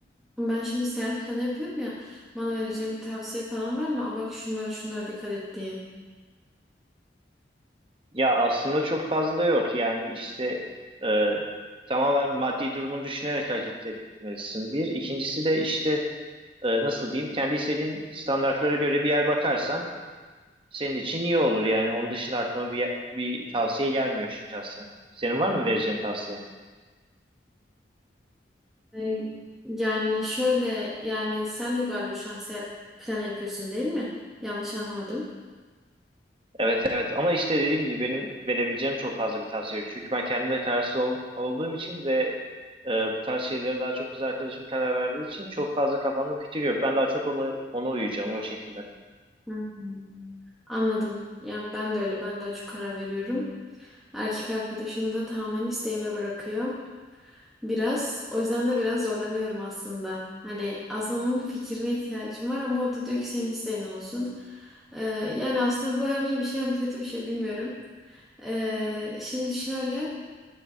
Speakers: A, in the centre; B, on the right.
A: ben şimdi seyahat planı yapıyorum ya bana vereceğin bir tavsiye falan var mı? Aa, bak şunlara şunlara dikkat et diye.
B: Ya aslında çok fazla yok. Yani işte e, tamamen maddi durumu düşünerek hareket etmelisin. Bir. İkincisi de işte e, nasıl diyeyim kendi istediğin standartlara göre bir yer bakarsan senin için iyi olur yani. Onun dışında aklıma bir, bir tavsiye gelmiyor şahsen. Senin var mı vereceğin tavsiye?
A: Ee, yani şöyle yani sen de galiba şu an seyahat planı yapıyorsun değil mi? Yanlış anlamadım.
B: Evet evet ama işte dediğim gibi benim verebileceğim çok fazla bir tavsiye yok. Çünkü ben kendimle kararsız ol- olduğum için ve e, bu tarz şeylere daha çok kız arkadaşım karar verdiği için çok fazla kafamda fikir yok. Ben daha çok onu ona uyuyacağım o şekilde.
A: Hmm. Anladım. Yani ben de öyle. Ben daha çok karar veriyorum. Erkek arkadaşım da tamamen isteğime bırakıyor. Biraz o yüzden de biraz zorlanıyorum aslında. Hani aslında onun fikrine ihtiyacım var ama o da diyor ki senin isteğin olsun. Ee, yani aslında bu hem iyi bir şey hem kötü bir şey bilmiyorum. Ee, şimdi şöyle